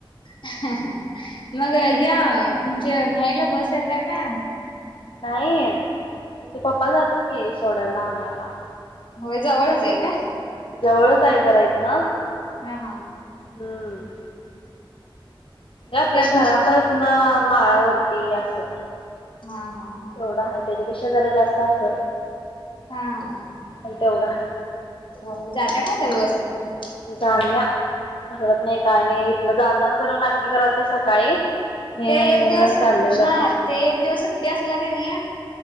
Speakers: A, on the left; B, on the left.
A: आहांहा मग हया म्हणजे न्यायला बस येत्याता?
B: नाही तुझे पप्पा जातात की सोडायला आणयला.
A: होय जवळच आहे काय?
B: जवळच आहे जरा हितन,
A: हा हा.
B: हम्म. आपल्या
A: ते
B: घरापासन
A: बर
B: माळावरती असं.
A: हा हा
B: तेवढं आहे त्याच्यापेक्षा जरा जास्त असल
A: हा हा
B: पन तेवढं हाय.
A: हो जाता काय व्यवस्थित
B: जाणल्या हळत नाही काय नाही इथन जाताना जरा नाटकी कराल ती सकाळी नेवाई
A: ते
B: नेवाई
A: एक दिवसट
B: चाललेलं
A: हा ते एक दिवस सुट्टे असलं का नाही